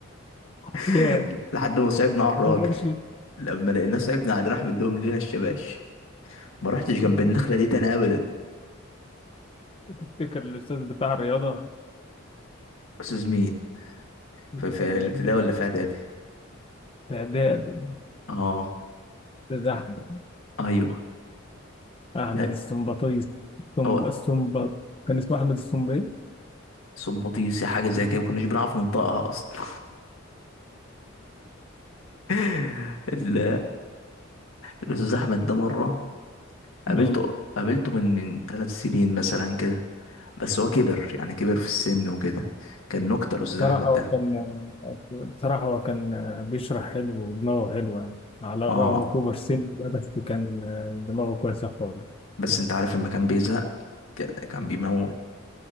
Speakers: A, on the left; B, on the left.
A: حرفيا
B: <laughs> لحد ما صعبنا على الراجل
A: من غير شيء
B: لما لقيناه صعبنا عليه راح مديهم لنا الشباش ما رحتش جنب
A: مم.
B: النخلة دي تاني أبدا
A: تفتكر الأستاذ بتاع الرياضة
B: أستاذ مين
A: اللي
B: في, في
A: كان
B: الابتدائي
A: مدينا
B: ولا في إعدادي
A: في إعدادي
B: اه
A: الأستاذ أحمد
B: ايوه
A: أحمد
B: لا
A: السمبطيس السمب
B: او
A: السمب كان اسمه أحمد السمبي
B: صمبطيسي حاجه زي كده ما كناش بنعرف ننطقها اصلا <laughs> ال- الاستاذ احمد ده مره قابلته
A: <laughs> مم.
B: قابلته من من ثلاث سنين مثلا كده بس هو كبر يعني كبر في السن وكده كان نكتة الأستاذ
A: بصراحة
B: أحمد
A: هو
B: ده
A: كان بصراحة هو كان بيشرح حلو ودماغه حلوة على
B: اه
A: الرغم كبر السن ده بس كان دماغه كويسة خالص
B: بس أنت عارف لما كان بيزهق ك- كان بيموت